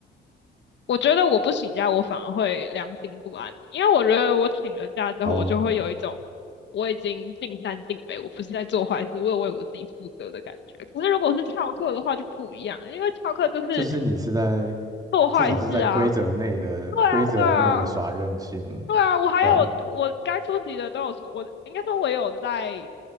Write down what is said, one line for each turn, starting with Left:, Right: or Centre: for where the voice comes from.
Left: 我觉得我不请假，我反而会良心不安，因为我觉得我请了假之后，
Right: 然后
Left: 我就会有一种我已经尽善尽美，我不是在做坏事，我有为我自己负责的感觉。可是如果是翘课的话就不一样了，因为翘课就是
Right: 就是你是在
Left: 做坏事啊，
Right: 至少是在规则内的规则内的耍任性，
Left: 对啊，对啊，对啊，我还有我该出席的都有出，
Right: 呃，
Left: 我应该说我有在，